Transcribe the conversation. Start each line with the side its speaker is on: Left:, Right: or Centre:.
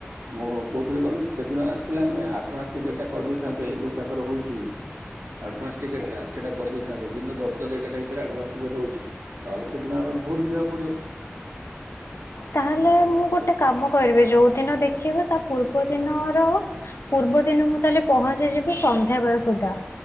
Right: ମୁଁ କହୁଥିଲି କଣ କି ସେଦିନ ଆସିଥିଲେ ଆମେ ଆଡଭାନ୍ସ ଟିକେଟ ଟା କରିଦେଇଥାନ୍ତେ ଯୋଉ ତାଙ୍କର ହଉଛି। ଆଡ଼ଭାନ୍ସ ଟିକେଟ ଟା ସେଟା କର ଦେଇ ଥାନ୍ତେ ଦିନ ଦଶଟାରେ ଏଗାରଟା ଭିତରେ ଆଡ଼ଭାନ୍ସ ଟିକେ୍ଟ ହଉଛି ନହେଲେ ସେଦିନ ଆମେ ଭୋରୁ ଯିବାକୁ ପଡି଼ବ। <inaudible>
Left: ତାହେଲେ ମୁଁ ଗୋଟେ କାମ କରିବେ ଯୋଉ ଦିନ ଦେଖିବେ ତା ପୂର୍ବ ଦିନର, ପୂର୍ବ ଦିନ ମୁଁ ତାହେଲେ ପହଞ୍ଚିଯିବି ସନ୍ଧ୍ୟା ବେଳ ସୁଦ୍ଧା।